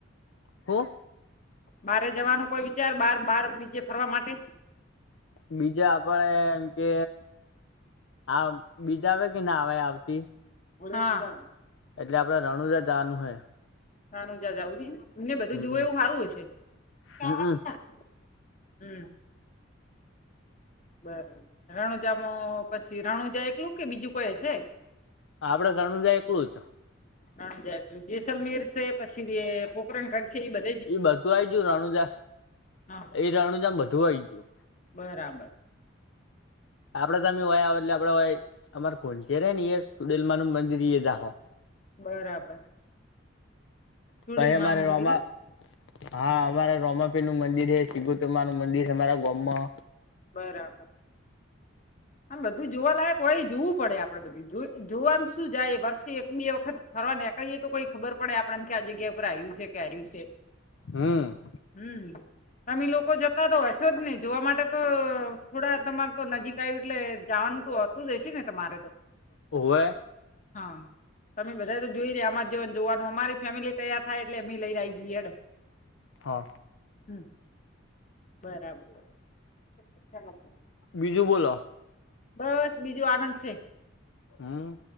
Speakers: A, on the left; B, on the left.
A: હું
B: બારે જવાનો કોઈ વિચાર બાર બાર બીજે ફરવા માટે.
A: બીજા આપડે એમ કે આ બીજા આવે કે ના આવે આવતી.
B: હા.
A: એટલે આપડે રણુજા જાવાનું હે.
B: નાાનુજા જાવું છે. એમને બધું
A: હમમ
B: જુવે એવું હારુ હશે. ના-ના.
A: હમમ
B: હમ્મ. બરાબર રણુજામાં પછી રણુજા એકલું કે બીજું કોઈ હશે.
A: આપડે સણુજા એકલું જ.
B: હમજ જેૈસલમેર પછી એ પોકરણઘડ છે એ બધ
A: એઈ બધું આઈ ગયું રાણુજા
B: હા
A: એ રાણુજા મા બધું આઈ ગયું.
B: બરાબર.
A: આપડે તમે વોય આવે એટલે આપડેય વોય અમાર કોચે રે ને એ સુડેલમા નું મંદિર ઈ એય જાહુ.
B: બરાબર. ચુડીલમાનું
A: પછ મારે
B: મંદિર
A: રોમા
B: એમ
A: હા અમારે રોમાપીરનું મંદિર હૈ. સિબોતર માનું મંદિર હૈ અમારા ગોમમાં.
B: બરાબર. આમ બધું જોવા લાયક કોઈ જોવું પડે આપડે બધું. જો જોવાનું શું જાય વર્ષે એક બે વખત ફરવાને. કઈએ તો કોઈ ખબર પડે આપડાને કે આ જગ્યા ઉપર આયુ સે કે આયુ સે.
A: હમ્મ.
B: હમ્મ તમે લોકો જતા તો હશો જ ને જોવા માટે તો થોડા તમારે તો નજીક આયુ એટલે જાવાનું તો હોતું જ હશે ને તમારે તો.
A: ઓવે.
B: હા. તમે બધા તો જોઈ રીયા આમાંર જેવાને જોવાનું અમારી ફેમિલી તૈયાર થાય એટલે એમી લઈને આઈ જીયે હેંડો.
A: હા.
B: હમ્મ બરાબર. ચાલો.
A: બીજું બોલો.
B: બસ બીજું આનંદ છે.
A: હમ્મ.